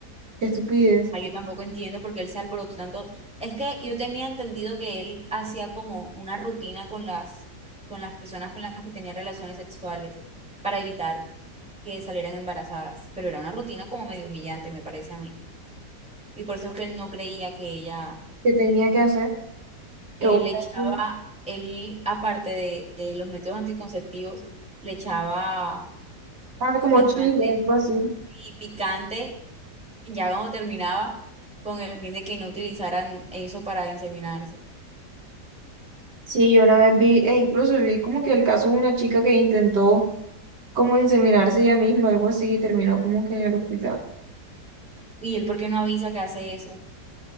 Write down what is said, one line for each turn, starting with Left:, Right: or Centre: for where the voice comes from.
Right: Qué estupidez.
Centre: Ah, yo tampoco entiendo por qué él se alborotó tanto. Es que yo tenía entendido que él hacía como una rutina con las, con las personas con las que tenía relaciones sexuales para evitar que salieran embarazadas, pero era una rutina como medio humillante, me parece a mí. Y por eso es que él no creía que ella
Right: ¿Qué tenía que hacer? Que
Centre: Él
Right: votasen.
Centre: le echaba, él, aparte de, de los métodos anticonceptivos, le echaba
Right: Ah, como
Centre: picante
Right: Chile, algo así.
Centre: y picante ya cuando terminaba, con el fin de que no utilizaran eso para inseminarse.
Right: Sí, yo una vez vi, e incluso vi como que el caso de una chica que intentó como inseminarse ella misma, algo así, y terminó como que en el hospital.
Centre: ¿Y él por qué no avisa que hace eso? O